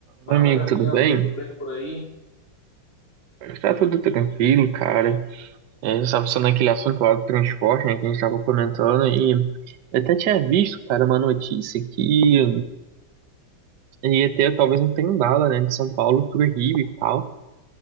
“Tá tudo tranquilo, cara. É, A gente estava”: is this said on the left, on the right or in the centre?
Right